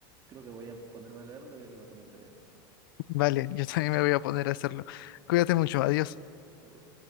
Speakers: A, on the right (about 30°); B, on the left (about 70°).
A: creo que voy a ponerme a leerlo ya que lo tengo en PDF.
B: Vale, yo también me voy a poner a hacerlo. Cuídate mucho, adiós.
A: Adiós.